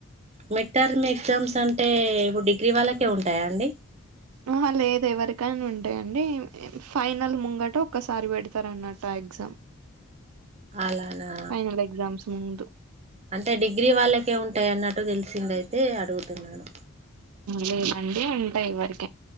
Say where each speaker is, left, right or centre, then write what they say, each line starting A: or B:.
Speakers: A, on the right; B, on the right.
A: మిడ్ టర్మ్ ఎగ్జామ్స్ అంటే ఇప్పుడు డిగ్రీ వాళ్ళకే ఉంటాయా అండి?
B: ఆహ లేదు ఎవరికైనా ఉంటాయండి. ఫైనల్ ముంగట ఒక్కసారి పెడతారు అన్నట ఎగ్జామ్
A: అలానా?
B: ఫైనల్ ఎగ్జామ్స్ ముందు.
A: అంటే డిగ్రీ వాళ్ళకే ఉంటాయి అన్నట్టు తెలిసింది అయితే అడుగుతున్నాను.
B: లే దండి ఉంటా ఇవరకి.